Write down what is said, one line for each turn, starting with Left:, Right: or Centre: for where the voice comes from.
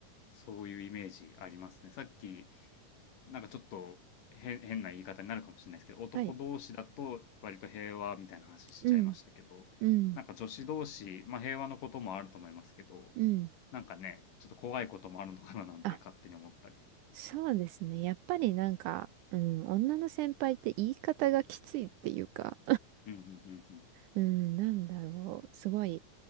Left: そういうイメージありますね。さっき、なんかちょっと変、変な言い方になるかもしれないですけど、男同士だと割と平和みたいな話しちゃいましたけど、
Right: はい。うん、うん、
Left: なんか女子同士、まあ平和のこともあると思いますけど、
Right: うん。
Left: なんかね、ちょっと怖いこともあるのかななんて勝手に思ったり。
Right: あ、そうですね。やっぱりなんか、うん、女の先輩って言い方がきついっていうか、
Left: うんうんうんうん。
Right: うん、なんだろう。すごい。